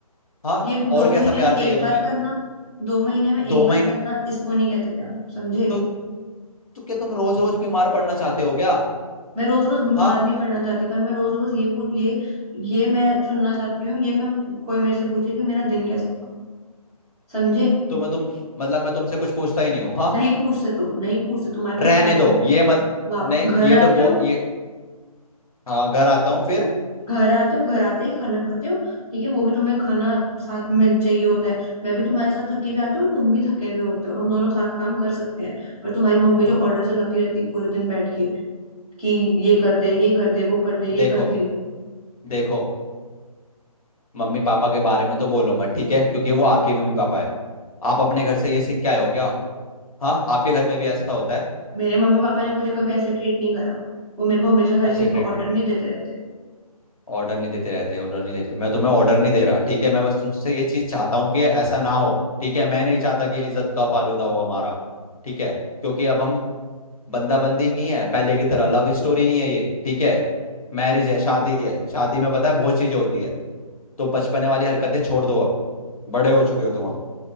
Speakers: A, on the left; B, in the centre.
A: हाँ
B: ये दो
A: और कैसा
B: महीने
A: प्यार
B: में एक
A: चाहिए तुम्हें
B: बार करना दो महीने में एक
A: दो
B: बार
A: महीने
B: करना इसको नहीं कहते प्यार समझे
A: तो, तो क्या तुम रोज रोज बीमार पड़ना चाहते हो क्या
B: मैं रोज रोज बीमार
A: हाँ
B: नहीं पड़ना चाहती पर मैं रोज रोज ये पूछ ये ये मैं सुनना चाहती हूँ ये मैं कोई मेरे से पूछे कि मेरा दिन कैसा था समझे
A: तो मैं तुम मतलब मैं तुमसे कुछ पूछता ही नहीं हूँ हाँ
B: नहीं पूछते तुम नहीं पूछते तुम्हारे पास
A: रहने
B: टाइम
A: दो
B: ही नहीं
A: ये
B: होता
A: मत
B: वाप
A: नहीं
B: घर
A: ये
B: आते
A: तो बो
B: हो
A: ये हाँ घर आता हूँ फिर
B: घर आते हो घर आते ही खाना खाते हो ठीक है वो भी तुम्हें खाना साथ में मिल चाहिए होता है मैं भी तुम्हारे साथ थकी हुई आती हूँ और तुम भी थके हुए होते हो हम दोनों साथ काम कर सकते हैं पर तुम्हारी मम्मी जो ऑर्डर चलाती रहती है पूरे दिन बैठ के कि ये कर दे ये कर दे वो कर दे ये
A: देखो
B: कर दे
A: देखो मम्मी पापा के बारे में तो बोलो मत ठीक है क्योंकि वो आपके मम्मी पापा है आप अपने घर से ये सीख के आए हो क्या हाँ आपके घर में भी ऐसा होता है
B: मेरे मम्मी पापा ने मुझे कभी ऐसे ट्रीट नहीं करा वो मेरे को हमेशा हर
A: ऐसे
B: चीज
A: ट्रेड
B: पे ऑर्डर नहीं देते रहते
A: ऑर्डर नहीं देते रहते ऑर्डर नहीं देते मैं तुम्हें ऑर्डर नहीं दे रहा ठीक है मैं बस तुमसे ये चीज़ चाहता हूँ कि ऐसा ना हो ठीक है मैं नहीं चाहता कि इज्जत का फालूदा हो हमारा ठीक है क्योंकि अब हम बंदा बंदी नहीं है पहले की तरह लव स्टोरी नहीं है ये ठीक है मैरिज है शादी है शादी में पता है बहुत चीज़ें होती है तो बचपने वाली हरकतें छोड़ दो अब बड़े हो चुके हो तुम अब